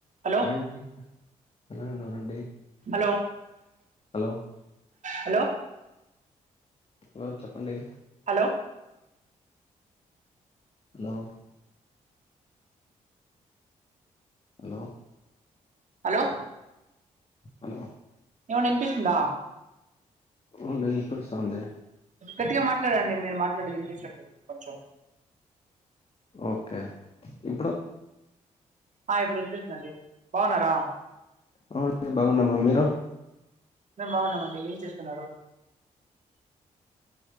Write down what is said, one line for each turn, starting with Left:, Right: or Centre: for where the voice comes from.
Right: Hello
Left: aunty ఎలా ఉన్నారండి
Right: hello
Left: hello
Right: hello
Left: hello చెప్పండి
Right: hello
Left: hello hello
Right: hello
Left: hello
Right: ఏమండీ వినిపిస్తుందా
Left: అవుఅండి వినిపిస్తుంది
Right: గట్టిగా మాట్లాడండి మీరు మాట్లాడేది వినిపించట్లేదు కొంచెం
Left: ఓకే ఇప్పుడు
Right: ఆ ఇప్పుడు వినిపిస్తుందండి బాగున్నారా
Left: అవునండి బాగున్నామ్మా మీరు
Right: మేము బాగున్నామండి ఏం చేస్తున్నారు